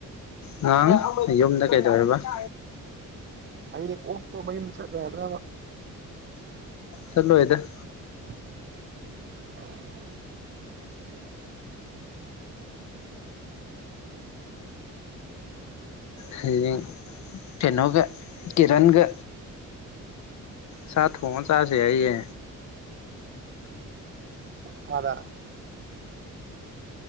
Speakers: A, on the left (about 60°); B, on the right (about 35°).
A: ꯉꯍꯥꯡ ꯌꯨꯝꯗ ꯀꯩꯗꯧꯑꯦꯕ꯫ <unintelligible>
B: ꯍꯌꯦꯡ ꯑꯣꯛꯇꯣ ꯃꯌꯨꯝꯗ ꯆꯠ ꯌꯥꯗ꯭ꯔꯕ꯫
A: ꯆꯠꯂꯣꯏꯗ꯫
B: <inaudible>
A: ꯍꯌꯦꯡ ꯀꯩꯅꯣꯒ ꯀꯤꯔꯟꯒ ꯁꯥ ꯊꯣꯡꯑ ꯆꯥꯁꯦ ꯍꯥꯏꯌꯦ꯫
B: ꯀꯥꯗ